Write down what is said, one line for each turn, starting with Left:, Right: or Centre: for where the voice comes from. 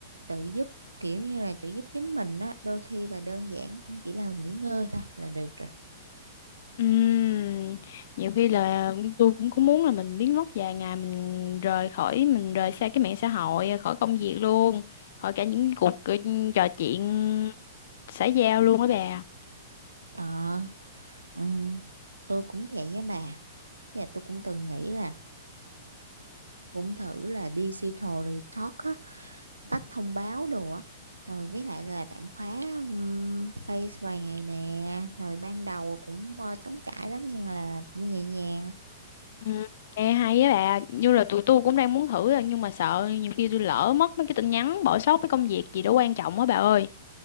Right: tự giúp kiểu như là tự giúp chính mình á đôi khi là đơn giản cũng chỉ là nghỉ ngơi thôi là được rồi
Left: Ừm, nhiều khi là tôi cũng có muốn là mình biến mất vài ngày mình rời khỏi mình rời xa cái mạng xã hội khỏi công việc luôn khỏi cả những cuộc ừ, trò chuyện xã giao luôn á bà
Right: ờ ừm, tôi cũng vậy á bà Với tôi cũng từng nghĩ là cũng thử là digital detox á tắt thông báo đồ á rồi với lại là tạm khóa ừm, face vài ngày nè rồi ban đầu cũng ờ, trống trải lắm nhưng là cũng nhẹ nhàng
Left: Ừm, nghe hay á bà như là tụi tôi cũng đang muốn thử á, nhưng mà sợ nhiều khi tôi lỡ mất mấy cái tin nhắn bỏ sót mấy công việc gì đó quan trọng á bà ơi